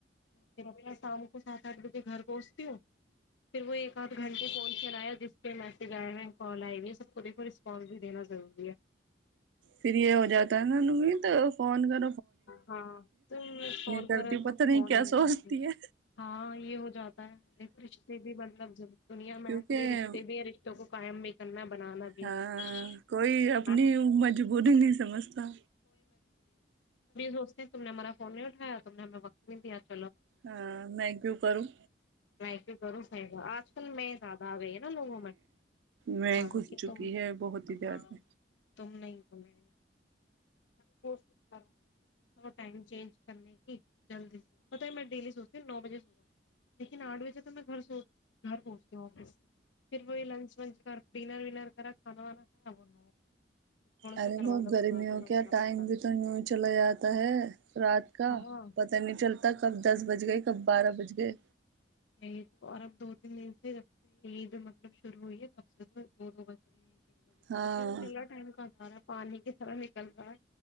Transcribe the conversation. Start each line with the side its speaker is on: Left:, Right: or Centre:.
Left: پھر اپنا شام کو سات آٹھ بجے گھر پہنچتی ہوں پھر وہ ایک آدھ گھنٹ فون چلایا جس پہ میسج آئے ہوئے ہیں کال آئے ہوی سب کو دیکھو رسپانس بھی دینا ضروری ہے
Right: پھر یہ ہو جاتا ہے ان بھی تو فون کر
Left: ہاں تم فون
Right: کرتی
Left: کرو تو
Right: پتہ
Left: فون
Right: کیا
Left: نہیں
Right: سوچتی
Left: ڈاتی
Right: ہے
Left: ہاں یہ ہو جاتا ہے دیکھو رشتے بھی مطلب دنیا میں
Right: کیونکہ
Left: ہے توھئی رشتے بھی ہے رشتوں کو قائم بھی کرنا بنانا بھی
Right: ہاں
Left: ہے
Right: کوئی اپنی
Left: ہے نا
Right: مجبوری نہیں سمجھتا
Left: دوست تم نے ہمارا فون نہیں اٹھا تم نے ہمیں وت دیا تھا
Right: ہاں م کیوں کروں
Left: نہیں کی کروں ص نہیں گا آج کل میں آ گئی نا لوگوں میں
Right: میں
Left: ہاں
Right: گھس
Left: کہ
Right: چکی
Left: تم
Right: ہے بہت ہی زیادہ
Left: ہاں تم نہیں تو میں کوشش کر ٹائم چینج کرنے کی جلدی سے پت ہی میں ڈیلی سوچتی ہوں نو بجے سو رہا ہوں لیکن آٹھ بجے تو میں گھر سو گھر پہنچتے ہو آفس سے پھر وہی لنچ ونچ کر ڈنر ونر کرا کھانا وانا تھوڑا سا
Right: ارے
Left: گھر
Right: وہ
Left: والوں کا
Right: گرمیوں
Left: بازی بیٹھنا
Right: کیا
Left: پڑتا
Right: ٹائم
Left: ہے
Right: بھی تو نہیںوں چلاے جاتا تو ہے رات کا
Left: ہاں
Right: پتا نہیں چلتا کب دس بج گئے سب بارہ بج گئے
Left: یہی تو اور اب دو تین دن سے جب سے عید مطلب شروع ہوئی ہے تب سے تو دو دو بج رہے ہیں
Right: ہاں
Left: پ ج ائم کا آدار ہے پانی کی طرح نکل رہا ہے